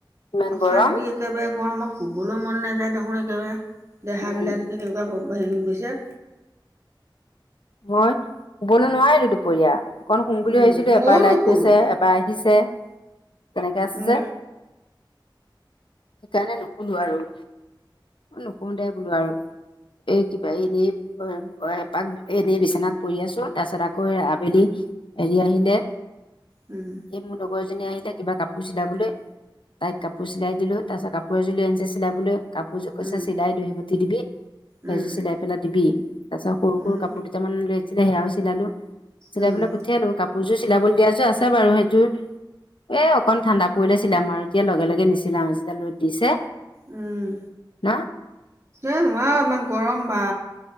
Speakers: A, on the left (about 80°); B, on the right (about 35°).
A: ইমান
B: অশান্তি
A: গৰম
B: একেবাৰে গৰমত শুবলৈ মন নাযায় দেখোন একেবাৰে দেহা
A: উম
B: বিলাক কেনেকুৱা হেৰি হৈ গৈছে
A: মই শুবলৈ নোৱাৰিলো দুপৰীয়া অকন শুম বুলি
B: উম
A: ভাবিছিলোঁ
B: ময়ো
A: এবাৰ লাইট
B: নুশুলো
A: গৈছে এবাৰ আহিছে তেনেকা আছে
B: উম
A: যে সেইকাৰণে নুশুলো আৰু। নুশুঁ দে বোলো আৰু এই কিবা এনে এ পাক এনেই বিচনাত পৰি আছো তাৰপিছত আকৌ আবেলি হেৰি আহিলে
B: উম,
A: এই মোৰ লগৰজনী আহিলে কিবা কাপোৰ চিলাবলৈ তাইক কাপোৰ চিলাই দিলো, তাৰ পিছত কাপোৰ এযোৰ লৈ আনিছে চিলাবলৈ কাপোৰযোৰ কৈছে
B: উম
A: চিলাই <unintelligible> গুঠি দিবি সেযোৰ
B: উম
A: চিলাই পেলাই দিবি, তাৰ পাছত সৰু
B: উম
A: সৰু কাপোৰ কেইটামান লৈ আছিলে সেয়াও চিলালো চিলাই
B: উম
A: পেলাই পঠিয়ালো কাপোৰ কোৰযোৰ চিলাবলৈ দিয়া যো আছে বাৰু সেইযোৰ এ অকন ঠাণ্ডা পৰিলে চিলাম আৰু এতিয়া লগে লগে নিচি যিডাল ৰ'দ দিছে।
B: উম,
A: ন
B: এই নহোৱা ইমান গৰম বা